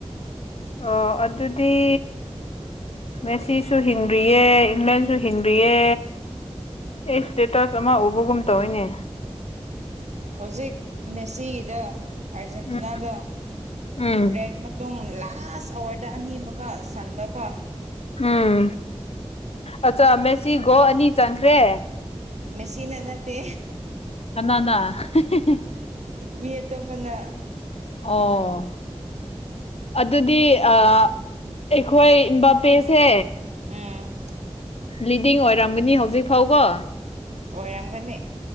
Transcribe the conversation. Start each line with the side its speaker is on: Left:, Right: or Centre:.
Left: ꯑꯣ ꯑꯗꯨꯗꯤ ꯃꯦꯁꯤꯁꯨ ꯍꯤꯡꯗ꯭ꯔꯤꯌꯦ ꯏꯪꯂꯦꯟꯁꯨ ꯍꯤꯡꯗ꯭ꯔꯤꯌꯦ ꯑꯦꯛꯁ ꯁ꯭ꯇꯦꯇꯁ ꯑꯃ ꯎꯕꯒꯨꯝ ꯇꯧꯋꯤꯅꯦ
Right: ꯍꯧꯖꯤꯛ ꯃꯦꯁꯤꯒꯤꯗ ꯑꯥꯔꯖꯦꯟꯇꯤꯅꯥꯗꯣ
Left: ꯎꯝ ꯎꯝ
Right: ꯕ꯭ꯔꯦꯛ ꯃꯇꯨꯡ ꯂꯥꯛ ꯂꯥꯁ ꯑꯋꯥꯔꯗ ꯑꯅꯤ ꯑꯃꯨꯛꯀ ꯆꯟꯕꯀꯣ
Left: ꯎꯝ ꯑꯠꯆꯥ ꯃꯦꯁꯤ ꯒꯣꯜ ꯑꯅꯤ ꯆꯟꯈ꯭ꯔꯦ
Right: ꯃꯦꯁꯤꯤꯟ ꯅꯠꯇꯦ
Left: ꯀꯅꯥꯅ ꯍꯦ ꯍꯦ ꯍꯦ
Right: ꯃꯤ ꯑꯇꯣꯞꯄꯅ
Left: ꯑꯣ ꯑꯗꯨꯗꯤ ꯑ ꯑꯩꯈꯣꯏ ꯏꯝꯕꯥꯄꯦꯁꯦ
Right: ꯎꯝ
Left: ꯂꯤꯗꯤꯡ ꯑꯣꯏꯔꯝꯒꯅꯤ ꯍꯧꯖꯤꯛ ꯐꯥꯎꯕꯣ꯫
Right: ꯑꯣꯏꯔꯝꯒꯅꯤ